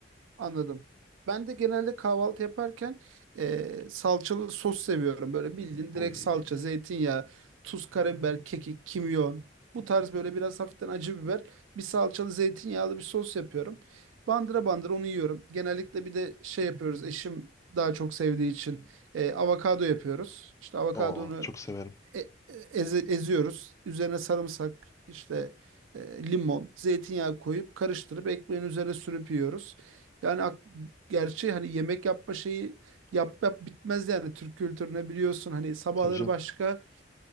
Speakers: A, on the right (about 85°); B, on the left (about 15°).
A: Anladım. Ben de genelde kahvaltı yaparken e, salçalı sos seviyorum. Böyle bildiğin
B: Oy.
A: direkt salça, zeytinyağı, tuz, karabiber, kekik, kimyon. Bu tarz böyle biraz hafiften acı biber. Bir salçalı zeytinyağlı bir sos yapıyorum. Bandıra bandıra onu yiyorum. Genellikle bir de şey yapıyoruz. Eşim daha çok sevdiği için e, avokado yapıyoruz. İşte avokadonu
B: Oo, çok severim.
A: e- e, eze- eziyoruz. Üzerine sarımsak, işte e, limon, zeytinyağı koyup karıştırıp ekmeğin üzerine sürüp yiyoruz. Yani ak- gerçi hani yemek yapma şeyi yap yap bitmez yani Türk kültürüne biliyorsun hani sabahları
B: Tabii canım.
A: başka